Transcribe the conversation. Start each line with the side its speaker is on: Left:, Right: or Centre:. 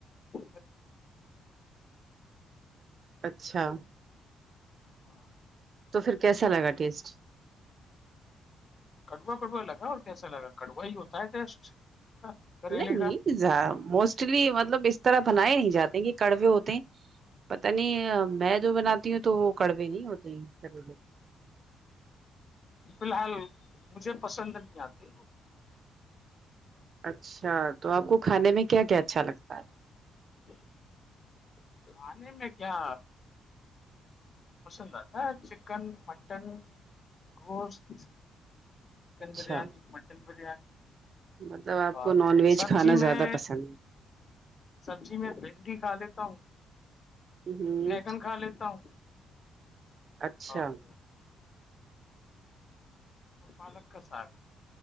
Left: لگا
Right: اچھا
Left: ہاں
Right: تو پھر کیسا لگا ٹیسٹ
Left: کڑوا کڑوا لگا اور کیسا لگا کڑوا ہی ہوتا ہے ٹیسٹ کا کریلے
Right: نہیں
Left: کا
Right: موسٹلی مطلب اس طرح بنائے نہیں جاتے کہ کڑوے ہوتے ہیں پتا نہیں میں جو بناتی ہوں تو وہ کڑوے نہیں ہوتے ہیں
Left: فیلحال مجھے پسند نہیں آتی
Right: اچھا تو آپ کو کھانے میں کیا کیا اچھا لگتا ہے
Left: <inaudible> کانے میں کیا پسند آتا ہے چکن مٹن گوشت چکن
Right: اچھا
Left: بریانی مٹن بریانی
Right: مطلب آپ کو
Left: اور
Right: نان ویج
Left: سبزی
Right: کھانا
Left: میں
Right: زیادہ پسند ہے
Left: سبزی میں بھنڈی کھا لیتا ہوں
Right: ہوں،
Left: مگن کھا لیتا ہوں
Right: اچھا
Left: اور اور پالک کا ساگ